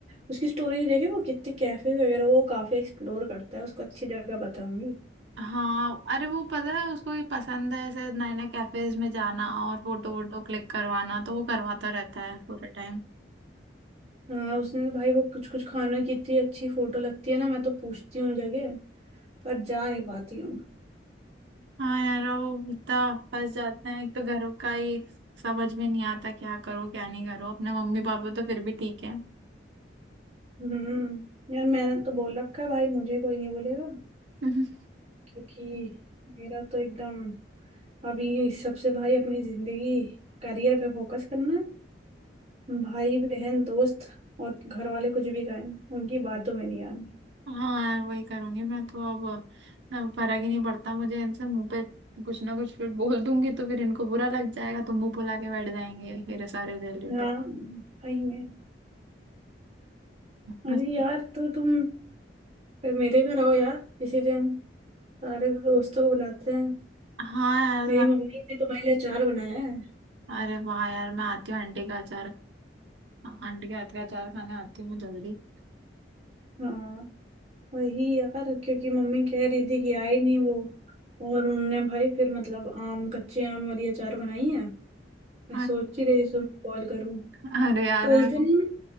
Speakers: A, on the right; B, on the right.
A: उसकी स्टोरी देखी वो कितने कैफे वगैरह वो काफी एक्सप्लोर करता है उसको अच्छी जगह बताऊंगी
B: हाँ अरे वो पता है उसको ये पसंद है ऐसे नए नए कैफेज में जाना और फोटो वोटो क्लिक करवाना तो वो करवाता रहता है पूरे टाइम
A: हाँ उसने तो भाई वो कुछ कुछ खाना की इतनी अच्छी फोटो लगती है ना मैं तो पूछती हूँ जगह पर जा नहीं पाती हूँ
B: हाँ यार वो इतना फंस जाते हैं एक तो घरों का ही समझ में नहीं आता क्या करो क्या नहीं करो अपने मम्मी पापा तो फिर भी ठीक है
A: हम्म यार मैंने तो बोल रखा है भाई मुझे कोई नहीं बोलेगा
B: <laughs>
A: क्योंकि मेरा तो एकदम अभी ये इस सबसे भाई अपनी जिंदगी करियर पे फोकस करना है भाई बहन दोस्त और घर वाले कुछ भी कहें उनकी बातों में नहीं आना
B: हाँ यार वही करूंगी मैं तो अब अब फर्क ही नहीं पड़ता मुझे इनसे मुंह पे कुछ ना कुछ फिर बोल दूंगी तो फिर इनको बुरा लग जाएगा तो मुंह फुला के बैठ जाएंगे फिर सारे रिलेटेड
A: हाँ सही में अरे
B: मस्ती
A: यार तो तुम फिर मेरे घर आओ यार किसी दिन सारे दोस्तों को बुलाते हैं
B: <laughs> हाँ यार
A: मेरी मम्मी ने तुम्हारे लिए अचार बनाया है
B: अरे वाह यार मैं आती हूँ आंटी का अचार आंटी के हाथ का अचार खाने आती हूँ मैं जल्दी
A: हाँ वही यार क्योंकि मम्मी कह रही थी कि आई नहीं वो और उन्होंने भाई फिर मतलब आम कच्चे आम वाली अचार बनाई है मैं
B: अरे
A: सोच ही रही थी तुम्हें कॉल करूँ
B: अरे यार
A: तो
B: मेरे
A: उस
B: को-
A: दिन